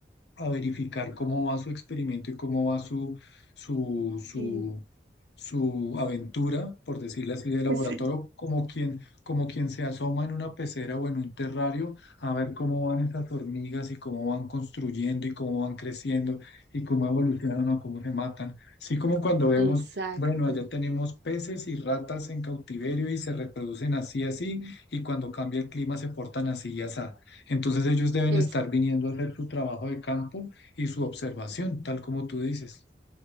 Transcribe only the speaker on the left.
a verificar cómo va su experimento y cómo va su, su, su,
su aventura, por decirlo así, de laboratorio,
como quien, como quien se asoma en una pecera o en un terrario a ver cómo van esas hormigas y cómo van construyendo y cómo van creciendo y cómo evolucionan o cómo se matan. Así como cuando vemos,
bueno, allá tenemos peces y ratas en cautiverio y se reproducen así, así, y cuando cambia el clima se portan así y así. Entonces ellos deben
estar viniendo a hacer su trabajo de campo y su observación, tal como tú dices.